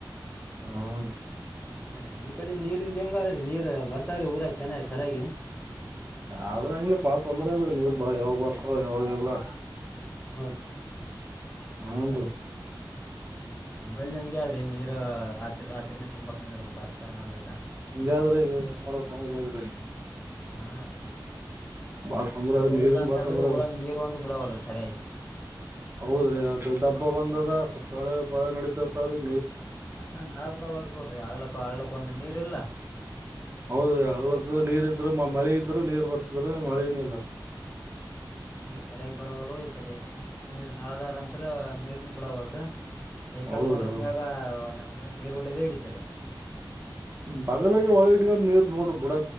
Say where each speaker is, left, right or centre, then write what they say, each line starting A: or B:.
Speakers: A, on the right; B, on the left.
A: ಹನ್ ರಿ
B: ಹಾ ರೀ ನಿಮ್ ಕಡೆ ನೀರಿಂದ ಹೆಂಗಾದ್ರಿ ನೀರ್ ಬರ್ತಾವ್ರಿ ಊರಾಕ ಚೆನ್ನಾಗಿ ಸರಿಗಿ
A: ಆದ್ರೆ ಹಂಗೆ ಪಾಳ ತೊಂದ್ರೆ ಆದದ್ರೆ ನೀರ್ ಬಾ ಯಾವಾಗ ಬರ್ತಾವ ಯಾವಾಗೆಲ್ಲ
B: ಅವ
A: ಹನ್ ರೀ
B: ನಂಬಲಿ ಹೆಂಗ್ರಿ ನೀರು ರಾತ್ರಿ ರಾತ್ರಿನ ತುಂಬಾಕ್ನಂದ ಇರ್ಬೇಕು ಆಗ್ತಾ ಅಂದ್ರತನ
A: ಹಂಗಾದ್ರಿ ಈಗ ಮಾಡೋ ಚನ್ನಾದ್ರಿ
B: ಹಾ ರೀ
A: ಬಾ ತೊಂದ್ರೆ
B: ಮಳೆ
A: ಅದ ನೀರಿನ್
B: ಇಲ್ಲ ಅಂತ
A: ಬಾ
B: ಅಂದ್ರೆ
A: ತೊಂದ್ರೆ
B: ಊರಾಗ
A: ಅದು
B: ನೀರ್ ಒಂದು ಬಿಡವಲ್ರಿ ಸರಿಯಾಗಿ
A: ಹೌದ್ರಿ ಅ ದೊಡ್ಡ ಹಬ್ಬ ಬಂದದ ಸ್ವಲ್ಪ ಪಾಳೆ ನಡತದ ಸರಿ <unintelligible>
B: ಹ ನಳ ಬಿಡವಲ್ಲ ನೂಡ್ರಿ ಹಳ್ಳಕ್ಕ ಹಳ್ಳ್ಳಕ್ಕೊಂದಂದು ನೀರ್ಲ್ಲಾ
A: ಹೌದ್ರಿ ಹಳ್ಳಕ್ಕ ನೀರ್ ಇದ್ರು ಮಳೆ ಇದ ನೀರ್ ಬರ್ತ ಮಳೆ ನ ಇಲ್ಲ
B: ಸರಗ್ ಬರವಲ್ ಈ ಕಡೆ ನೀರ್ ನಳದಾರ ಅಂತ್ರ ನೀರನ ಬಿಡವಲ್ರ ಸೈಕಲ್
A: ಹೌದ್ರಿ
B: ಮೋಟರ್
A: ಹೌದ್ರಿ
B: ಮಾಗ ಒಂದ ನ ನೀರ್ವಡದೇ ಇಡಿತದ
A: ಬಗಲ ಒಳಿಗ ನೀರ್ ನೋಡ್ರಿ ಬಿಡ